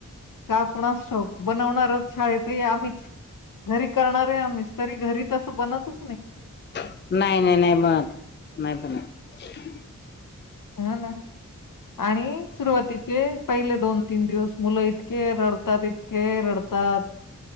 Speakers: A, on the left; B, on the left.
A: का कुणास ठव बनवणारच शाळेत आहे आम्हीच घरी करणार आहे आम्हीच तरी घरी तसं बनतच नाही
B: नाही नाही नाही बनत नाही बनत
A: हा ना आणि सुरुवातीचे पहिले दोन तीन दिवस मुलं इतके रडतात इतके रडतात